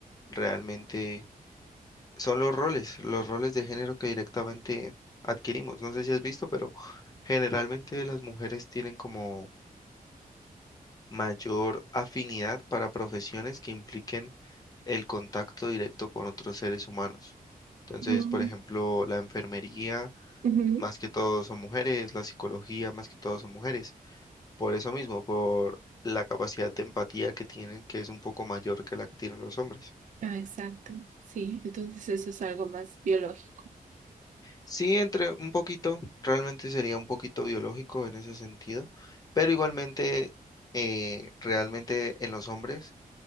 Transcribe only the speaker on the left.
Realmente. son los roles, los roles de género que directamente adquirimos. No sé si has visto, pero generalmente las mujeres tienen como mayor afinidad para profesiones que impliquen el contacto directo con otros seres humanos. Entonces,
por ejemplo, la enfermería,
más que todo son mujeres, la psicología, más que todo son mujeres. Por eso mismo, por la capacidad de empatía que tienen, que es un poco mayor que la que tienen los hombres.
Sí, entre un poquito, realmente sería un poquito biológico en ese sentido, pero igualmente, eh, realmente en los hombres,